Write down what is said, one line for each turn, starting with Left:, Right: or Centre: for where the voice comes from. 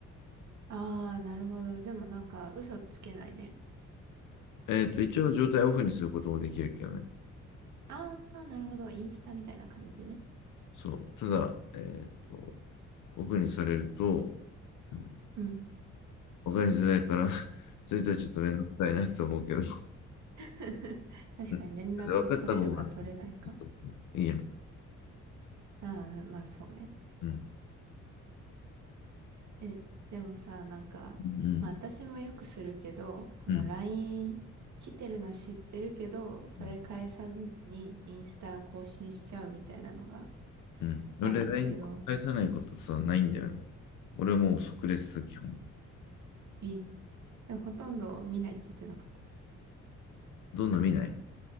Right: ああ、なるほど。でもなんか嘘つけないね。
Left: えっと、一応状態をオフにすることもできるけどね。
Right: ああ、なるほど。インスタみたいな感じね。
Left: そう。ただ、えっと、オフにされると、うん
Right: うん。
Left: わかりづらいから <laughs> それとはちょっとめんどくさいなと思うけど。
Right: <laughs> 確かに連絡取れるか取れないか。
Left: うんわかった方がさ、そうそういいやん。
Right: ああ、まあそうね。
Left: うん。
Right: え、でもさ、なんか、
Left: うん。
Right: まあ私もよくするけど、この
Left: うん。
Right: LINE 来てるの知ってるけど、それ返さずにインスタ更新しちゃうみたいなのが
Left: うん。うん俺、
Right: あるんだけど、
Left: LINE 返さないことさ、ないんだよね。俺はもう即レス、基本。
Right: え、でもほとんど見ないって言ってなかった。
Left: どんどん見ない